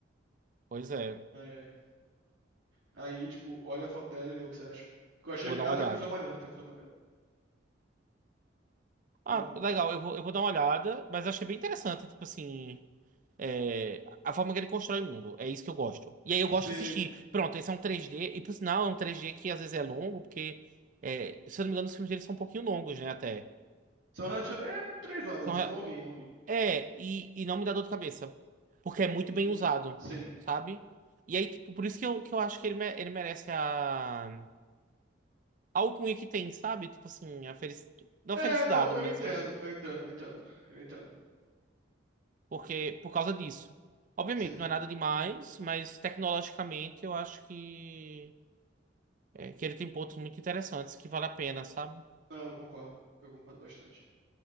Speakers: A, on the right; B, on the right.
A: pois é.
B: Ai, ai. Aí, tipo, olha a foto dela e vê o que você acha. Porque eu achei.
A: Vou dar
B: Ela
A: uma
B: tá
A: olhada.
B: com visual maneiro, ela tá com visual maneiro.
A: Ah,
B: Bom,
A: legal, eu vou, eu vou dar uma olhada, mas eu achei bem interessante, tipo assim, é, a forma que ele constrói o mundo. É isso que eu gosto. E aí eu gosto
B: sim.
A: de assistir. Pronto, esse é um três d e por sinal é um três d que às vezes é longo, porque, é, se eu não me engano, os filmes dele são um pouquinho longos, né, até.
B: São relativamente. É três horas,
A: Então,
B: assim,
A: é,
B: é longuinho, é longuinho.
A: é, e, e não me dá dor de cabeça, porque é muito
B: Hum,
A: bem usado,
B: sim.
A: sabe? E aí, tipo, por isso que eu, que eu acho que ele, me- ele merece a algo alcunha que tem, sabe? Tipo assim, a felic... não
B: É,
A: a felicidade,
B: não, eu
A: mas
B: entendo,
A: hum,
B: eu entendo, eu entendo, eu entendo.
A: porque por causa disso. Obviamente,
B: Sim.
A: não é nada demais, mas tecnologicamente eu acho que, é, que ele tem pontos muito interessantes que vale a pena, sabe?
B: Não, eu concordo, eu concordo bastante.